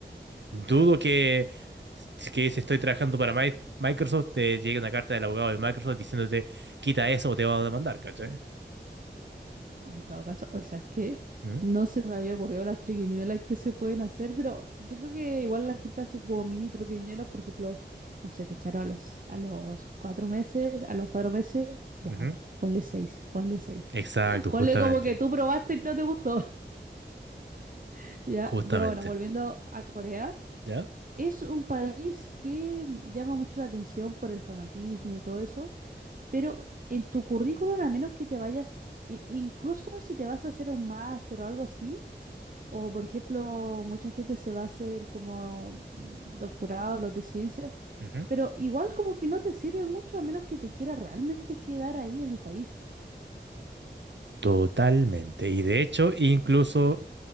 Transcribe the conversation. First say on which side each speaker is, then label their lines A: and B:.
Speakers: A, on the right (about 80°); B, on the right (about 50°).
A: Dudo que, que si estoy trabajando para Mi- Microsoft te llegue una carta del abogado de Microsoft diciéndote quita eso o te van a demandar, ¿cachai?
B: Ah, En todo caso, o sea, es que
A: Mm,
B: no se me había ocurrido las triquiñuelas que se pueden hacer, pero yo creo que igual la gente hace como mini triquiñuelas, por ejemplo, no sé, te echaron a los, a los cuatro meses, a los cuatro meses, ya,
A: ujú.
B: ponle seis, ponle seis.
A: Exacto,
B: <laughs> Ponle
A: justamente,
B: como que tú probaste y no te gustó, <laughs> ya.
A: justamente.
B: Pero bueno, volviendo a Corea,
A: ¿Ya?
B: es un país que llama mucho la atención por el fanatismo y todo eso, pero en tu currículum, a menos que te vayas, i- incluso si te vas a hacer un máster o algo así, O, por ejemplo, mucha gente se va a hacer como mm, doctorado, los de ciencia,
A: Ujú.
B: pero igual como que no te sirve mucho a menos que te quiera realmente quedar ahí en el país.
A: Totalmente. Y de hecho, incluso